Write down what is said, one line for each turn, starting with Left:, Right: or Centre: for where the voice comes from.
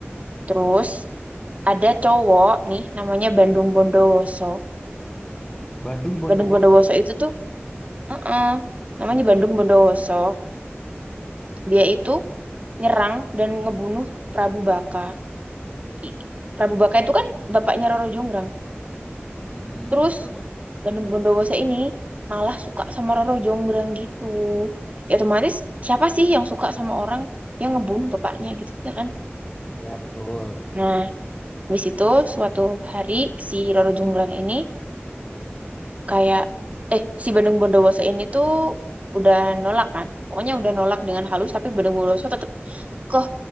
Right: Terus ada cowok nih namanya Bandung Bondowoso.
Left: Bandung Bondowoso.
Right: Bandung Bondowoso itu tuh eh-eh, namanya Bandung Bondowoso. Dia itu nyerang dan ngebunuh Prabu Baka. I- Prabu Baka itu kan bapaknya Roro Jonggrang.
Left: Mm-mm.
Right: Terus
Left: Terus?
Right: Bandung Bondowoso ini malah suka sama Roro Jonggrang gitu. Ya otomatis siapa sih yang suka sama orang yang ngebunuh bapaknya gitu ya kan?
Left: Ya betul.
Right: Nah, habis itu suatu hari si Roro Jonggrang ini kayak eh si Bandung Bondowoso ini tuh udah nolak kan pokoknya udah nolak dengan halus tapi Bandung Bondowoso tetap kok